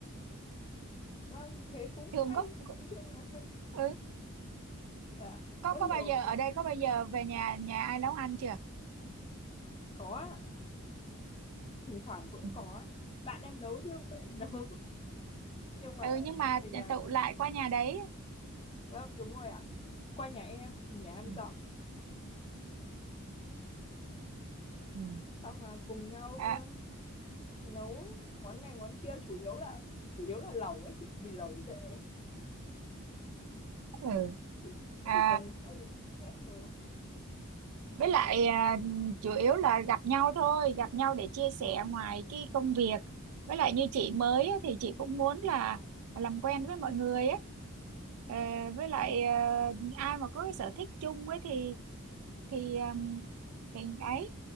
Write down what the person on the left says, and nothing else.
Vâng, thế cũng
hay.
Nói chung là
<laughs> dạ,
có
nhiều
ý
có ạ, thỉnh thoảng cũng
có á. Bạn em nấu chứ không phải em nấu. <laughs> Nhưng mà
về nhà
em.
Vâng, đúng rồi ạ. Qua nhà em, nhà em
dọn.
Xong là cùng nhau
ờ, nấu món này món kia chủ yếu là chủ yếu là lẩu á chị vì lẩu dễ
chỉ
chỉ cần thầy hết đồ